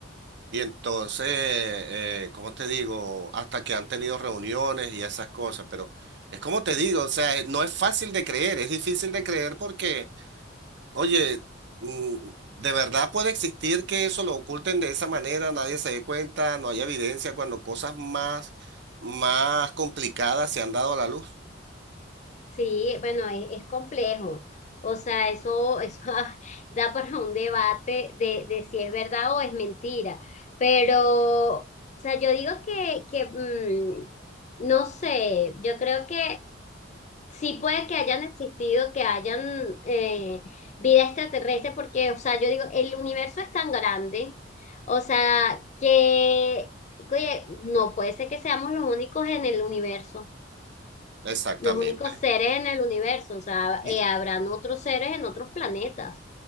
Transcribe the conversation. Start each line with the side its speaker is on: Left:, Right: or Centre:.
Right: Y entonces, eh, eh, ¿cómo te digo? Hasta que han tenido reuniones y esas cosas, pero es como te digo, o sea, no es fácil de creer, es difícil de creer porque... Oye, mm, ¿de verdad puede existir que eso lo oculten de esa manera, nadie se dé cuenta, no haya evidencia cuando cosas más, más complicadas se han dado a la luz?
Left: Sí, bueno, es, es complejo. O sea, eso, eso <laughs> da para un debate de, de si es verdad o es mentira. Pero, o sea, yo digo que, que mm, no sé, yo creo que sí puede que hayan existido, que hayan eh, vida extraterrestre, porque, o sea, yo digo, el universo es tan grande, o sea, que, oye, no puede ser que seamos los únicos en el universo
Right: Exactamente.
Left: los únicos seres en el universo, o sea,
Right: Y
Left: eh, habrán otros seres en otros planetas,